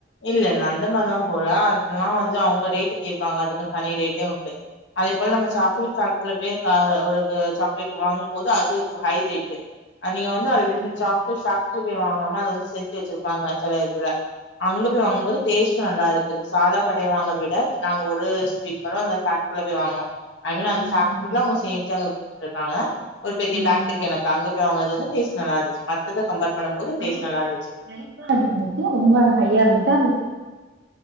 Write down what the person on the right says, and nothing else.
ஓகே
ஓகே
ம்
ம்
ம்
ப்ரைஸு
ப்ரைஸ்லா எப்டி இருந்துச்சு ரொம்ப ஹையா இருந்துச்சா இல்ல